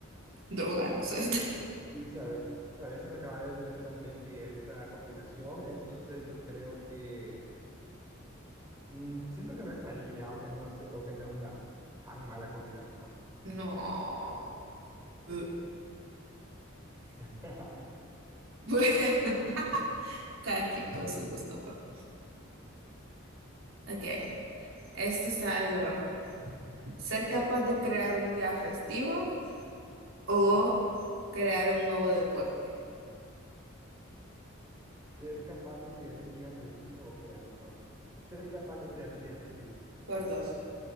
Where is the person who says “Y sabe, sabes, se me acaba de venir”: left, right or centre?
Right